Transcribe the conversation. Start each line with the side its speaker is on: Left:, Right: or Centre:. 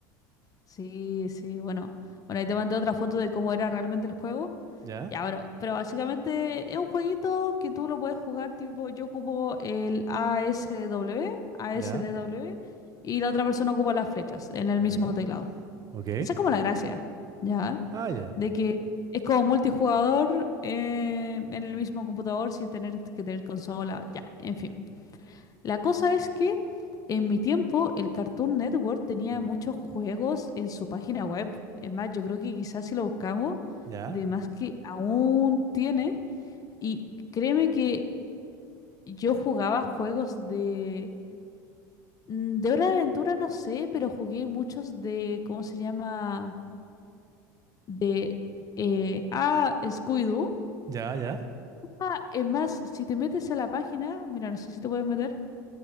Left: Sí, sí, bueno. Bueno, ahí te mandé otra foto de cómo era realmente el juego.
Right: Ya,
Left: Ya, bueno, pero básicamente es un jueguito que tú lo puedes jugar tipo, yo ocupo el A A S S W, A
Right: ya,
Left: S D W y la otra persona ocupa las flechas en el
Right: ya,
Left: mismo
Right: ya.
Left: teclado.
Right: Ok.
Left: Esa es como la gracia, ¿ya?
Right: Ah, ya.
Left: De que es como multijugador eh, en el mismo computador sin tener que tener consola, ya, en fin. La cosa es que en mi tiempo el Cartoon Network tenía
Right: Ujú.
Left: muchos juegos en su página web. Es más, yo creo que quizás si lo buscamos,
Right: Ya,
Left: de más que aún tiene. Y créeme que yo jugaba juegos de... mm, De hora de aventura no sé, pero jugué muchos de, ¿cómo se llama? de eh, ah, Scooby-Doo.
Right: ya, ya.
Left: Ah, es más, si te metes a la página, mira, no sé si te puedes meter,